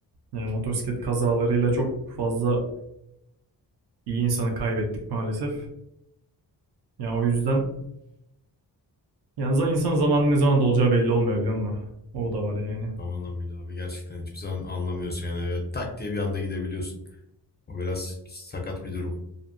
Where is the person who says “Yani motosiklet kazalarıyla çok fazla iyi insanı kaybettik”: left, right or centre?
Right